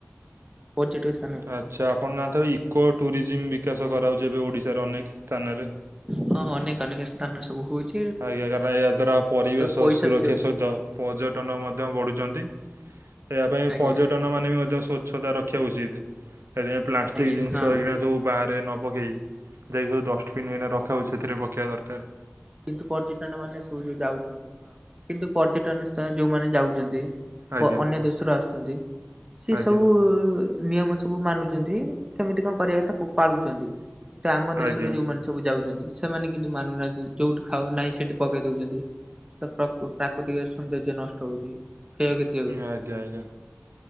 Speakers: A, on the right (about 20°); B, on the right (about 70°).
A: ପଜିଟିସ୍।
B: ଆଚ୍ଛା ଆପଣ ନାଁ ତ ଇକୋ ଟୁରିଜିମ୍ ବିକାଶ କରାଉଚି ଏବେ ଓଡ଼ିଶାର ଅନେକ ସ୍ଥାନରେ।
A: ହଁ ଅନେକ ଅନେକ ସ୍ଥାନ ସବୁ ହୋଉଚି।
B: ଆଜ୍ଞା କାରଣ ଏହା ଦ୍ୱାରା ପରିବେଶ
A: ପଇସା
B: ସୁରକ୍ଷା
A: ବି ଯାଉଛି।
B: ସହିତ। ପର୍ଯ୍ୟଟନ ମଧ୍ୟ ବଢ଼ୁଚନ୍ତି ଏହା ପାଇଁ
A: ଆଜ୍ଞା।
B: ପର୍ଯ୍ୟ ଟନ ମାନେ ବି ମଧ୍ୟ ସ୍ୱଚ୍ଛତା ରଖିବା ଉଚିତ୍। ସେଥିପାଇଁ ପ୍ଲାଷ୍ଟିକ୍
A: ଆଜ୍ଞା
B: ଜିନଷ
A: ହଁ
B: ଏଇକିନା ସବୁ ବାହାରେ ନ ପକେଇ। ଯାଇକି ଯୋଉ ଡଷ୍ଟବନ୍ ଏଇନା ରଖାହଉଚି ସେଥିରେ ପକେଇବା ଦରକାର୍।
A: କିନ୍ତୁ ପର୍ଯ୍ୟଟନ ମାନେ ସବୁ ଯୋଉ ଯାଉଛନ୍ତି। କିନ୍ତୁ ପର୍ଯ୍ୟଟନ ସ୍ଥଳ ଯୋଉମାନେ ଯାଉଚନ୍ତି
B: ଆଜ୍ଞା
A: ପ ଅନ୍ୟ ଦେଶରୁ ଆସଚନ୍ତି। ସେ
B: ଆଜ୍ଞା
A: ସବୁ ନିୟମ ସବୁ ମାନୁଚନ୍ତି କେମିତି କଣ କରିବା କଥା କୁ ପାଳୁଚନ୍ତି। କିନ୍ତୁ ଆମ ଦେଶରୁ
B: ଆଜ୍ଞା
A: ଯୋଉମାନେ ସବୁ ଯାଉଚନ୍ତି ସେମାନେ କିନ୍ତୁ ମାନୁନାହାନ୍ତି। ଯୋଉଠି ଖାଅ ନାହିଁ ସେଠି ପକେଇ ଦଉଚନ୍ତି। ତ ପ୍ରକୁ ପ୍ରାକୃତିକ ସୌନ୍ଦର୍ଯ୍ୟ ନଷ୍ଟ ହଉଛି କ୍ଷୟକ୍ଷ
B: ଆଜ୍ଞା ଆଜ୍ଞା